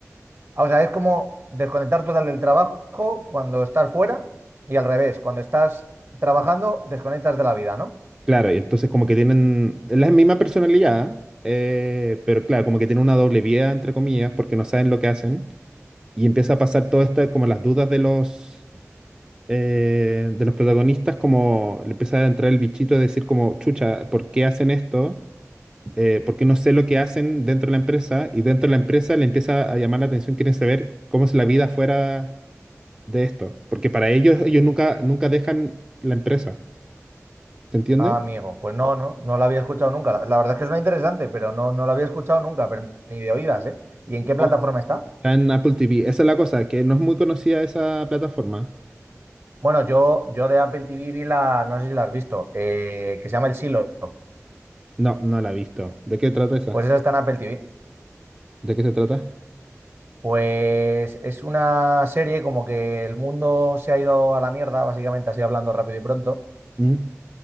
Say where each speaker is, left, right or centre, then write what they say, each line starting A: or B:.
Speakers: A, on the right; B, on the right.
A: ah, o sea, es como desconectar total del trabajo cuando estás fuera y al revés, cuando estás trabajando, desconectas de la vida, ¿no?
B: Claro, y entonces como que tienen es la misma personalidad, eh, pero claro, como que tienen una doble vida, entre comillas, porque no saben lo que hacen y empieza a pasar todo esto, como las dudas de los... eh, de los protagonistas, como le empieza a entrar el bichito de decir como, chucha, ¿por qué hacen esto? eh, porque no sé lo que hacen dentro de la empresa y dentro de la empresa le empieza a llamar la atención, quieren saber cómo es la vida fuera de esto, porque para ellos ellos nunca, nunca dejan la empresa, ¿se entiende?
A: Ah, amigo, pues no, no, no la había escuchado nunca. La, la verdad es que suena interesante, pero no, no la había escuchado nunca, pero ni de oídas, ¿eh? ¿Y en qué plataforma
B: No.
A: está?
B: Está en Apple TV, esa es la cosa, que no es muy conocida esa plataforma.
A: Bueno, yo, yo de Apple TV vi la, no sé si la has visto, eh, que se llama El Silo.
B: No, no la he visto. ¿De qué trata esa?
A: Pues esa está en Apple TV.
B: ¿De qué se trata?
A: Pues es una serie como que el mundo se ha ido a la mierda, básicamente así hablando rápido y pronto.
B: ¿Mm?